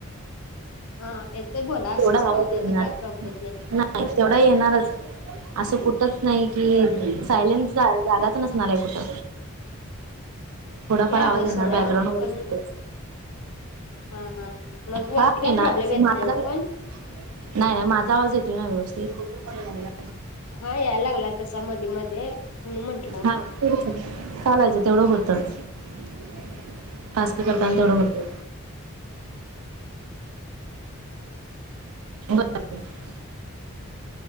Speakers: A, on the left (about 80°); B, on the right (about 75°).
A: हा येतोय बोला असंच
B: <inaudible> ड आचणार
A: राहू दे आता काय
B: <unintelligible>
A: प्रॉब्लेम
B: नाही तेवढा येणारच असं कुठंच नाही की
A: हम्म हम्म
B: सायलेनचा जागाच नसणार आहे कुठं. थोडाफार
A: ते
B: आवाज आहे
A: सोडा
B: ना बॅकग्राऊंड व्हॉईस
A: पण
B: येते.
A: हा हा मग वरती
B: काय ना
A: प्रॉब्लेम
B: असे
A: येत
B: माझा
A: नाही ना
B: <unintelligible> नाही
A: पण
B: नाही माझा आवाज येतो ना व्यवस्थित
A: हा या लागलाय तसा मध्ये मध्ये म्हणून म्हंटलं
B: हा ते चालायचं तेवढं होतच <unintelligible> टास्क
A: हम्म
B: करताना तेवढं होत. बर <unintelligible>